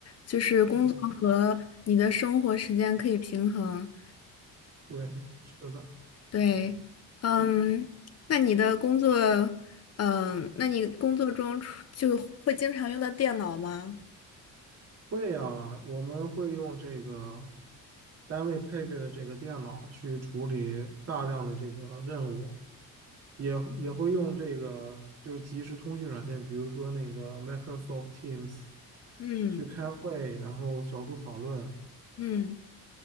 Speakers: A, on the left; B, on the right.
A: 就是工作和你的生活时间可以平衡。
B: 对啊，对，是的，
A: 对，嗯，那你的工作，嗯，那你工作中出就会经常用到电脑吗？
B: 会呀，我们会用这个单位配备的这个电脑去处理大量的这个任务，也也会用这个就是即时通讯软件，比如说那个 Microsoft Teams。
A: 嗯
B: 去开会，然后小组讨论，
A: 嗯